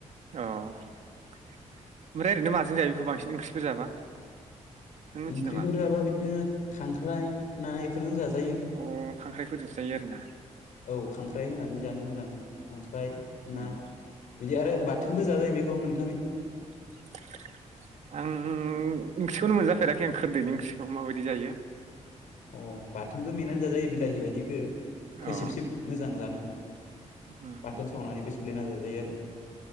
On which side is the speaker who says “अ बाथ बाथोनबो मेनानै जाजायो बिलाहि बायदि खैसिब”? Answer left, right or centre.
Left